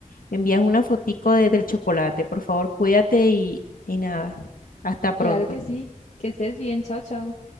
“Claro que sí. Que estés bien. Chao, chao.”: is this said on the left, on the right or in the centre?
Left